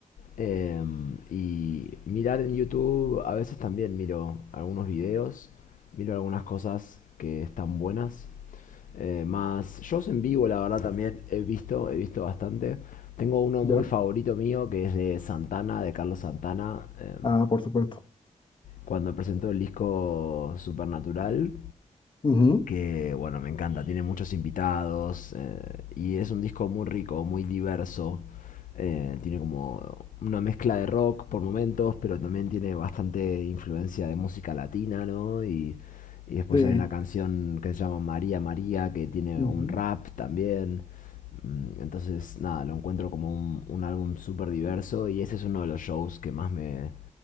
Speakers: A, on the left; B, on the left.
A: em, y mirar en YouTube. A veces también miro algunos videos, miro algunas cosas que están buenas. Eh, más shows en vivo, la verdad también he visto, he visto bastante. Tengo uno
B: ¿Ya?
A: muy favorito mío que es de Santana, de Carlos Santana. em,
B: Ah, por supuesto.
A: cuando presentó el disco Supernatural,
B: Ujú,
A: que bueno, me encanta, tiene muchos invitados eh, y es un disco muy rico, muy diverso. Eh, tiene como una mezcla de rock por momentos, pero también tiene bastante influencia de música latina, ¿no? Y y después
B: Sí.
A: hay una canción que se llama María María, que tiene
B: ujú,
A: un rap también. Mm, Entonces, nada, lo encuentro como un, un álbum súper diverso y ese es uno de los shows que más me,